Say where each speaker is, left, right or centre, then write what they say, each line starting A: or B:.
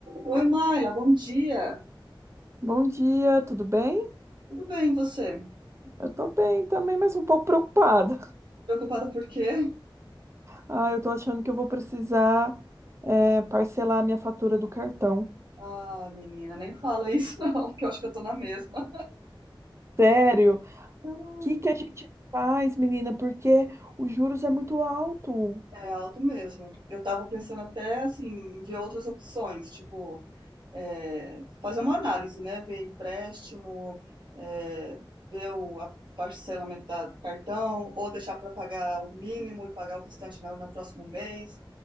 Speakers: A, on the right (about 65°); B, on the right (about 30°).
A: Oi, Mayra, bom dia.
B: Bom dia, tudo bem?
A: Tudo bem, e você?
B: Eu tô bem também, mas um pouco preocupada.
A: Preocupada por quê?
B: Ah, eu tô achando que eu vou precisar, é, parcelar a minha fatura do cartão.
A: Ah, menina, nem fala isso <laughs> não, porque eu acho que eu tô na mesma.
B: Sério? O
A: Ah,
B: que que a gente faz, menina? Porque os juros é muito alto.
A: É alto mesmo. Eu tava pensando até, assim, em ver outras opções, tipo, é, fazer uma análise, né? Ver empréstimo, é, ver o a parcelamento da- do cartão, ou deixar pra pagar o mínimo e pagar o restante no, no próximo mês.